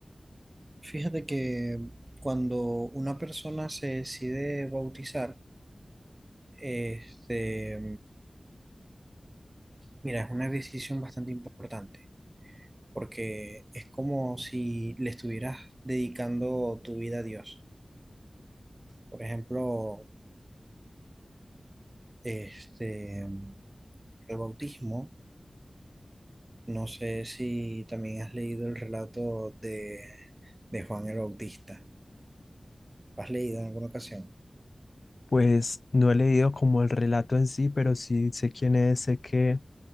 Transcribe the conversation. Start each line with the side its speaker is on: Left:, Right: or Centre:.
Right: Fíjate que cuando una persona se decide bautizar, este, mira, es una decisión bastante importante, porque es como si le estuvieras dedicando tu vida a Dios. Por ejemplo, este, el bautismo No sé si también has leído el relato de, de Juan el Bautista. ¿Has leído en alguna ocasión?
Left: Pues no he leído como el relato en sí, pero sí sé quién es, sé que